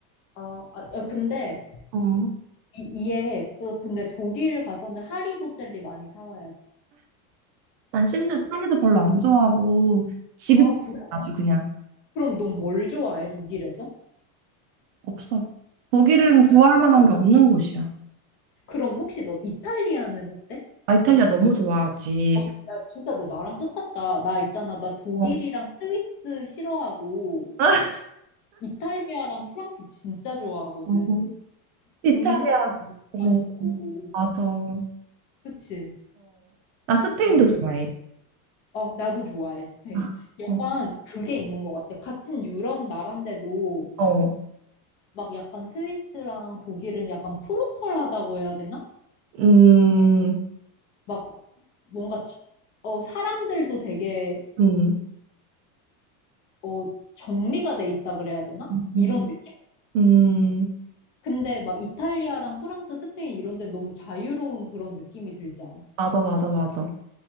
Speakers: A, on the left; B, on the right.
A: 아, 아 야, 근데
B: 어.
A: 이, 이해해. 너 근데 독일 가서는 하리보 젤리 많이 사 와야지.
B: 난 심지어 찰리도 별로 안 좋아하고 지긋
A: 아, 그래?
B: 아주 그냥
A: 그럼 넌 뭘 좋아해, 독일에서?
B: 없어. 독일은
A: 어.
B: 좋아할 만한 게 없는 곳이야.
A: 그럼 혹시 너 이탈리아는 어때?
B: 아 이탈리아 너무 좋아하지.
A: 아, 야, 진짜 너 나랑 똑같다. 나 있잖아. 나 독일이랑
B: 어.
A: 스위스 싫어하고
B: <laughs>
A: 이탈리아랑 프랑스 진짜 좋아하거든.
B: 어, 이탈리아.
A: 음식 너무
B: 어,
A: 맛있고.
B: 맞아. 어,
A: 그치?
B: 나 스페인도
A: 어.
B: 좋아해.
A: 어, 나도 좋아해, 스페인.
B: 아,
A: 약간
B: 어,
A: 그게 있는 것 같아. 같은 유럽 나라인데도
B: 어.
A: 막 약간 스위스랑 독일은 약간 프로펄하다고 해야 되나?
B: 음,
A: 막 뭔가 지- 어, 사람들도 되게
B: 음,
A: 어, 정리가 돼 있다 그래야 되나?
B: 음,
A: 이런 느낌?
B: 음.
A: 근데 막 이탈리아랑 프랑스, 스페인 이런 데는 너무 자유로운 그런 느낌이 들지 않아?
B: 맞아, 맞아, 맞아,